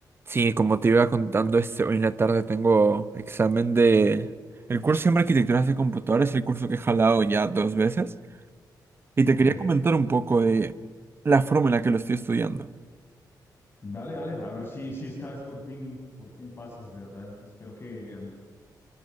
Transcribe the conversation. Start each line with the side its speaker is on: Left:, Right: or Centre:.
Right: Sí, como te iba contando, este, hoy en la tarde tengo examen de... El curso se llama Arquitecturas de Computadores, el curso que he jalado ya dos veces. Y te
Left: Ok,
Right: quería comentar un poco de la forma en la que lo estoy estudiando.
Left: dale, dale, a ver si, si esta vez por fin, por fin pasas, de verdad. Espero que, em,